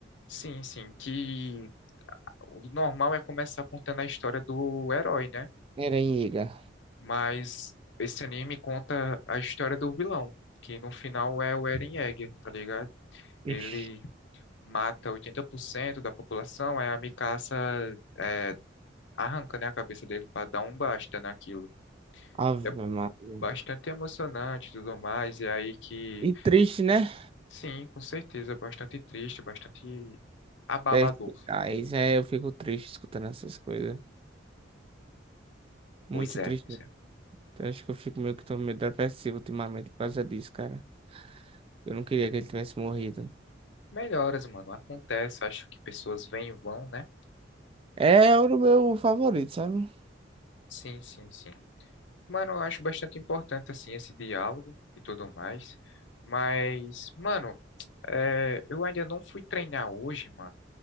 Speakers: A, on the left (about 70°); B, on the right (about 30°).
A: Sim, sim, que o normal é começar contando a história do herói, né?
B: Eren Yeager.
A: Mas esse anime conta a história do vilão, que no final é o Eren Yeager, tá ligado? Ele
B: Ixi,
A: mata 80% da população, aí a Mikasa é, arranca, né, a cabeça dele pra dar um basta naquilo.
B: Ave
A: É
B: Maria.
A: bastante emocionante e tudo mais, e é aí que,
B: E triste, né?
A: sim, com certeza, é bastante triste, bastante abalador.
B: Perspicaz. É, eu fico triste escutando essas coisas. Muito
A: Pois
B: triste.
A: é, pois
B: mesmo.
A: é.
B: Eu acho que eu fico meio que tô meio depressivo ultimamente por causa disso, cara. Eu não queria que ele tivesse morrido.
A: Melhoras, mano, acontece, acho que pessoas vêm e vão, né?
B: É o meu favorito, sabe?
A: Sim, sim, sim. Mano, eu acho bastante importante, assim, esse diálogo e tudo mais. Mas, mano, é, eu ainda não fui treinar hoje, mano.